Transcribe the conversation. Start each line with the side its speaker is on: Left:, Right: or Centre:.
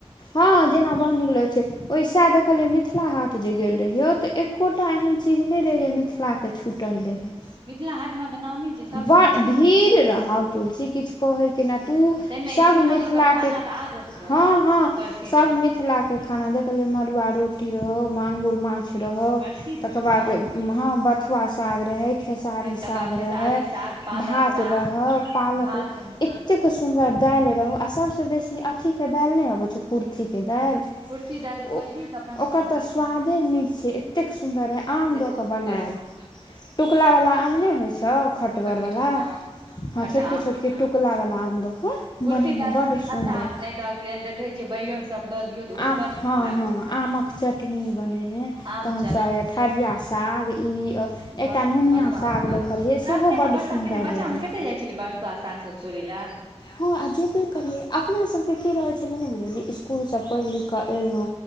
Left: हँ जेना बड़ निक लगै छै ओहि सएह देखलियै मिथिला हाट जे गेल रहियौ तऽ एक्को टा एहेन चीज नहि रहै जे मिथिलाके छुटल रहै।
Right: मिथिला हाट मे तऽ नामी छै सबकिछे
Left: ब भीड़
Right: छै
Left: रहउ तुलसी किछु कहै के नै आ तू
Right: ताहिमे
Left: सब
Right: ई चूल्हा
Left: मिथिलाके
Right: परका खाना तऽ आर रहतौ
Left: हँ हँ
Right: प्रसिद्ध
Left: सब मिथिलाके खाना देखलियै मड़ुआ रोटी रहौ मांगुर माॅंछ रहौ
Right: प्रसिद्ध
Left: तकर
Right: छै
Left: बाद
Right: ने
Left: उम्म हम ब साग रहै खेसारी
Right: तकर
Left: साग
Right: बाद खेसारी
Left: रहै
Right: साग पालक
Left: भात
Right: साग
Left: रहौ पालक
Right: भात
Left: रह एत्तेक सुन्दर दाइल रहौ आ सभसँ बेसी अथीके दाइल नहि अबै छौ कुर्थीके दाइल ओ
Right: कुर्थी दालि बसी तऽ अपना सबके
Left: ओकर
Right: गाँवमे
Left: तऽ स्वादे नीक छै एत्तेक सुन्दर रहइ आम
Right: एते
Left: दऽ कऽ
Right: नीक
Left: बनाएल
Right: लगतौ
Left: टुकलावला आम नहि होइ छौ खटगरवला
Right: छोटकी छोटकी आम
Left: हँ
Right: खट्टा
Left: छोटकी
Right: आम
Left: छोटकी टुकुलावला आम दऽ कऽ
Right: कुर्थी
Left: बनेने
Right: दालि
Left: बड्ड
Right: मे तऽ खट्टा
Left: सुन्दर
Right: नहि दऽ देखै छियै बैगन सब दऽ दियौ तऽ ओहो
Left: आम
Right: बड नीक
Left: हँ
Right: लागै
Left: हँ
Right: छै खाय मे
Left: आमक चटनी बनेने
Right: आम
Left: तहन स आइ येह ठढ़िया साग ई एकटा
Right: बथ
Left: नुनिया
Right: बथुआ साग
Left: देखलियै
Right: गै
Left: सेहो
Right: अपने
Left: बड्ड
Right: सब बर्षा
Left: सुन्दर
Right: पहिने
Left: रहै
Right: बच्चामे केत्ते जाइ छलियै बथुआ साग सब तोड़ तोडैले
Left: हँ आ जेबे करियै, अपना सबके की रहै छलै नै बुझलही स्कुलसे पैइढ- लिख के एलहुँ।